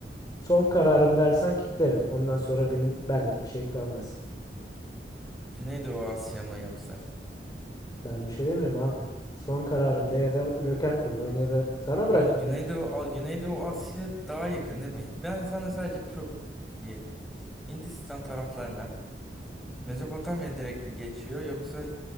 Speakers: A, on the left; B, in the centre.
A: Son kararım dersen kitlerim. Ondan sonra benim benlik bir şey kalmaz.
B: Güneydoğu Asya mı yoksa?
A: Ben bir şey demiyorum abi. Son kararımda ya da Joker kullan ya da sana bıraktım
B: Ben Güneydoğu,
A: ya.
B: A- Güneydoğu Asya daha yakın değil mi? Ben sana sadece şu bilgiyi- Hindistan taraflarına Mezopotamya direkt mi geçiyor yoksa